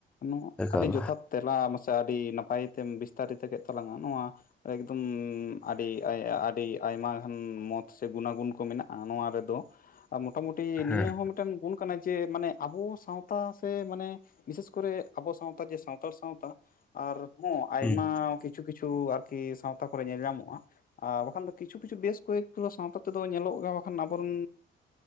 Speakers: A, on the left; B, in the centre.
A: ᱱᱚᱣᱟ
B: ᱮᱠᱟᱞ
A: ᱟᱹᱰᱤ ᱡᱚᱛᱷᱟᱛ ᱛᱮᱞᱟ ᱢᱟᱥᱮ ᱟᱹᱰᱤ ᱱᱟᱯᱟᱭ ᱛᱮᱢ ᱵᱤᱥᱛᱟᱨᱤᱛᱚ ᱠᱮᱫ ᱛᱟᱞᱟᱝᱟ ᱱᱚᱣᱟ ᱮᱠᱫᱚᱢ ᱟᱹᱰᱤ ᱟᱭ ᱟᱹᱰᱤ ᱟᱭᱢᱟ ᱜᱟᱱ ᱢᱚᱛ ᱥᱮ ᱜᱩᱱᱟᱹ ᱜᱩᱱ ᱠᱚ ᱢᱮᱱᱟᱜ-ᱟ ᱱᱚᱣᱟ ᱨᱮᱫᱚ ᱟᱨ ᱢᱚᱴᱟ ᱢᱩᱴᱤ
B: ᱦᱮᱸ
A: ᱱᱤᱭᱟᱹ ᱦᱚᱸ ᱢᱤᱫᱴᱮᱱ ᱜᱩᱱ ᱠᱟᱱᱟ ᱡᱮ ᱢᱟᱱᱮ ᱟᱵᱚ ᱥᱟᱶ ᱛᱟ ᱥᱮ ᱢᱟᱱᱮ ᱵᱤᱥᱮᱥ ᱠᱚᱨᱮ ᱟᱵᱚ ᱥᱟᱶᱛᱟ ᱡᱮ ᱥᱟᱱᱛᱟᱲ ᱥᱟᱶᱛᱟ ᱟᱨ ᱦᱚᱸ ᱟᱭᱢᱟ
B: ᱦᱩᱸ
A: ᱠᱤᱪᱷᱩ ᱠᱤᱪᱷᱩ ᱟᱨᱠᱤ ᱥᱟᱶᱛᱟ ᱠᱚᱨᱮ ᱧᱮᱞ ᱧᱟᱢᱚᱜ-ᱟ᱾ ᱟᱨ ᱵᱟᱠᱷᱟᱱ ᱫᱚ ᱠᱤᱪᱷᱩ ᱠᱤᱪᱷᱩ ᱵᱮᱥ ᱠᱚᱭᱮᱠ ᱜᱩᱞᱟᱹ ᱥᱟᱶᱛᱟ ᱛᱮᱫᱚ ᱧᱮᱞᱚᱜ ᱜᱟ ᱵᱟᱠᱷᱟᱱ ᱟᱵᱚᱨᱮᱱ